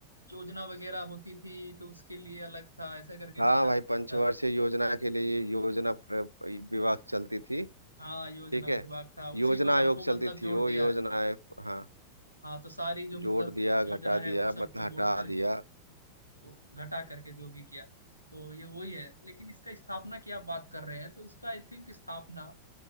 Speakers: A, on the left (about 85°); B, on the right (about 85°).
A: योजना वगैरह होती थी तो उसके लिए अलग था ऐसा करके
B: हाँ
A: कुछ था
B: भाई पंचवर्षीय योजना के लिए ये योजना प्र- विभाग चलती थी
A: हाँ योजना
B: ठीक
A: विभाग
B: है
A: था
B: योजना
A: उसी को सबको
B: आयोग चलती
A: मतलब जोड़
B: थी वो
A: दिया
B: योजना
A: है
B: आयोग हाँ
A: हाँ तो सारी जो मतलब
B: जोड़ दिया घटा
A: योजना है
B: दिया
A: उन सबको
B: मतलब हटा
A: जोड़ करके
B: दिया
A: तो घटा करके जो भी किया तो ये वही है लेकिन इसका स्थापना की आप बात कर रहे हैं तो इसका आई थिंक स्थापना